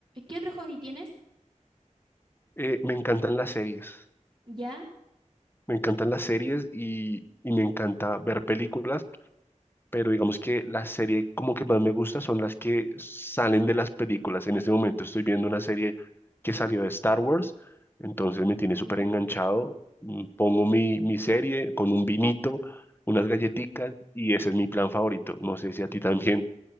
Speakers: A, on the right (about 40°); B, on the left (about 15°).
A: qué otro hobby tienes?
B: eh, me encantan las series,
A: ¿Ya?
B: me encantan las series y, y me encanta ver películas, pero digamos que la serie como que más me gusta son las que salen de las películas. En este momento estoy viendo una serie que salió de Star Wars, entonces me tiene
A: Ya.
B: súper enganchado. Mm, Pongo mi, mi serie con un vinito, unas galletitas y ese es mi plan favorito. No sé si a ti también